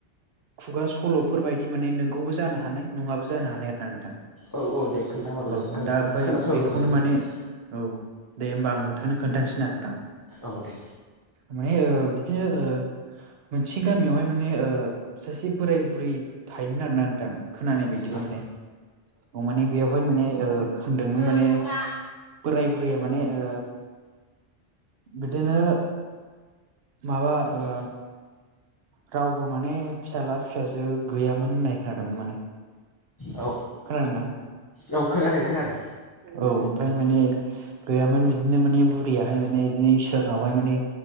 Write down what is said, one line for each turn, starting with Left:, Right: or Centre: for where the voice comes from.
Right: खुगा सल'फोर बायदि माने नोंगौबो जानो हानाय नङाबो जानो हानाय आर ना नोंथां।
Left: औ औ दे खोन्थाहरलाय
Right: औ
Left: आं
Right: दा ओमफ्राय
Left: खोनासंनो
Right: बेखौनो
Left: लुबैथारबाय
Right: माने औ दे होनबा आं नोंथांनो खोन्थानोसै ना नोंथां?
Left: औ दे।
Right: माने ओ बिदिनो ओ मोनसे गामियावहाय माने ओ सासे बोराय बुरै थायोमोन आरोना नोंथां खोनानाय बायदिबा
Left: औ
Right: माने औ माने बेयावहाय माने ओ बुंदोंमोन माने
Left: नै साफाना
Right: बोराय बुरैया माने ओ बिदिनो माबा ओ रावबो माने फिसाला फिसाजो गैयामोन होननाय खोनादोंमोन माने।
Left: औ
Right: खोनादोंना?
Left: औ खोनादों खोनादों
Right: औ ओमफाय माने गैयामोन बिदिनो माने बुरियाहाय माने बिनो इसोरनावहाय माने